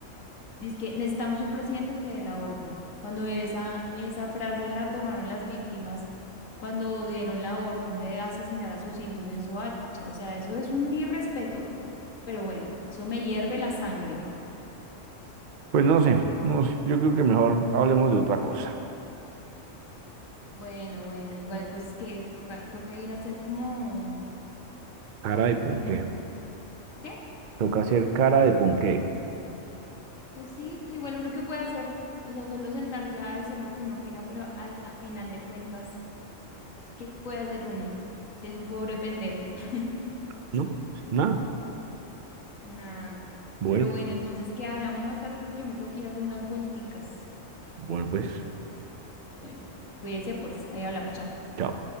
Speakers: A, on the left; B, on the right.
A: Dice que necesitamos un presidente que dé la orden. Cuando esa, esa frase la tomaron las víctimas, cuando dieron la orden de asesinar a sus hijos en Soacha. O sea, eso es un irrespeto, pero bueno, eso me hierve la sangre.
B: Pues no sé, no sé. Yo creo que mejor hablemos de otra cosa.
A: Bueno, bueno, igual pues que toca, toca ir a hacer como
B: Cara de
A: camine.
B: ponqué.
A: ¿Qué?
B: Toca hacer cara de ponqué.
A: Pues sí, pues igual uno que puede hacer, o sea, solo sentarse a decir lo que uno opina, pero al, a final de cuentas, ¿qué puede hacer uno? Si es un pobre pendejo. <laughs>
B: No, pues nada.
A: Nada.
B: Bueno,
A: Pero bueno, entonces, ¿qué hablamos más tarde? Porque yo me tengo que ir a hacer unas vuelticas.
B: bueno, pues,
A: Bueno, cuídese pues, ahí hablamos, chao.
B: chao.